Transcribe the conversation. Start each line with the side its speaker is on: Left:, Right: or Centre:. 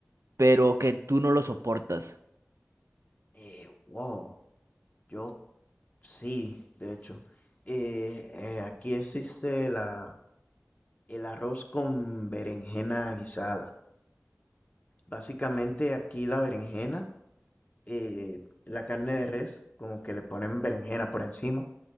Right: pero que tú no lo soportas?
Left: Eh, wow, yo sí, de hecho. Eh, eh, aquí existe la, el arroz con berenjena guisada. Básicamente aquí la berenjena, eh, la carne de res, como que le ponen berenjena por encima